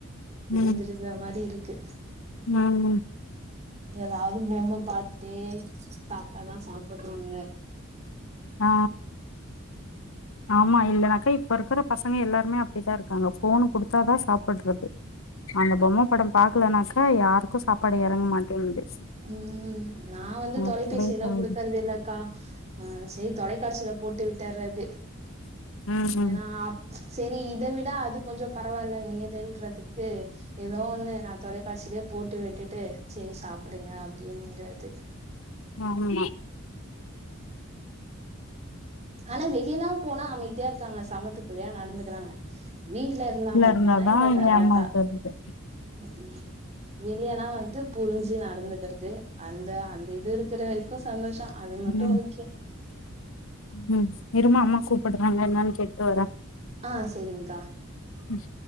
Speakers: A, on the right; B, on the left.
A: விடிஞ்சிர
B: ம்
A: மாரி இரு க்கு
B: ம்
A: ஏதாவது பொம்ம பாத்துட்டே சாப்ட்டாதா சாப்டுறாங்க
B: ஆ ஆமா இல்லனாக்கா இப்ப இருக்குற பசங்க எல்லாருமே அப்டித்தா இருக்காங்க போனு குடுத்தாதா சாப்டுறது அந்த பொம்ம படொ பாக்லனாக்கா யாருக்கோ சாப்பாடு எறங்க மாட்டேங்குது
A: ம் நா வந்து தொலைபேசியுலா
B: அப்டியே போகுது
A: குடுக்கறது இல்லக்கா சரி தொலைக்காட்சில போட்டு விட்டறது
B: ம்
A: ஏன்னா அப் சரி இத விட அது கொஞ்சோ பரவால்ல மேதுன்றதுக்கு ஏதோ ஒண்ணு நா தொலைக்காட்சி போட்டு விட்டுட்டு சேரி சாப்டுங்க அப்டீனுங்கறது
B: ஆமா
A: ஆனா வெளியெலா போனா அமைதியா இருக்காங்க சமத்துபுள்ளையா நடந்துக்குறாங்க வீட்ல இருந்தா மட்டு
B: இருந்தாதா
A: தா இந்த கலாட்டா
B: ஏமாத்து வருது
A: ம் க்கு வெளியெலா வந்து புரிஞ்சு நடந்துகறது அந்த அந்த இது இருக்குற வெரிக்கோ சந்தோஷோ அது மட்டோ
B: ம்
A: ஓகே
B: ம் இருமா அம்மா கூப்டுறாங்க என்னானு கே ட்டு வர
A: ஆ செரிங்க்கா
B: ம்